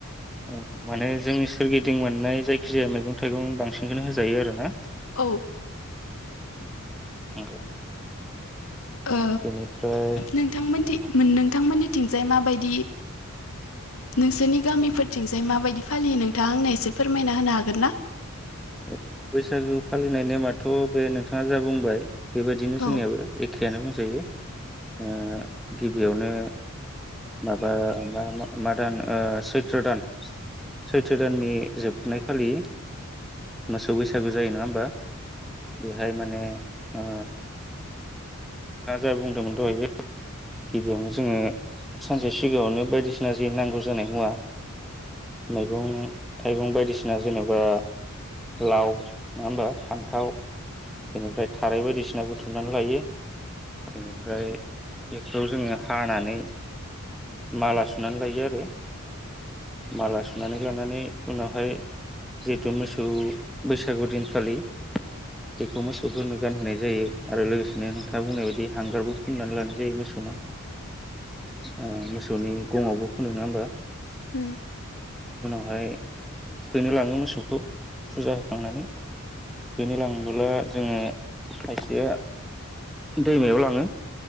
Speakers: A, in the centre; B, on the left.
A: उम मोनो जोंनि <unintelligible> सोरगिदिं मोननाय जायखिजाया मैगं थाइगं बांसिनखौनो होजायो आरो ना।
B: औ
A: <unintelligible> नंगौ।
B: ओ
A: बेनिफ्राय
B: नोंथांमोनथि
A: ओ
B: मोन नोंथांमोननि थिंजाय माबायदि नोंसोरनि गामिफोर थिंजाय माबायदि फालियो नोंथाङा आंनो एसे फोरमायना होनो हागोन ना?
A: औ बैसागु फालिनाय नेमाथ बे नोंथाङा जा बुंबाय बेबायदिनो जोंनियाबो
B: औ
A: एखे। बेनो बुंजायो। ओ। गिबियावनो माबा मा-मा मा-मादान ओ सैथ्र दान। सैथ्र दाननि जोबनाय खालि मोसौ बैसागु जायो नङा होमबा? बेहाय माने ओ दा जा बुंदोंमोन दहयो गिबियावनो जोंङो सानसे सिगाङावनो बायदिसिना जि नांगौ जानाय मुवा मैगं थाइगं बायदिसिना जेनेबा लाव नंङा होमबा फान्थाव बेनिफ्राय थाराय बायदिसि ना बुथुमनानै लायो बेनिफ्राय बेफोराव जोंङो हानानै माला सुनानै लायो आरो। माला सुनानै लानानै उनावहाय जिहेथु मोसौ बैसागु दिनखालि बेखौ मोसौफोरनो गानहोनाय जायो आरो लोगोसेनो नोंथाङा बुंनाय बायदि हांगारबो फुननानै लानाय जायो मोसौ सौनो। ओ मोसो सौनि गङावबो फुनो नङा होमबा?
B: उम
A: फाय थुखैनो लाङो मोसौखौ फुजा होखांनानै थुखैनो लांबोब्ला जोङो खायसेया दैमायाव लाङो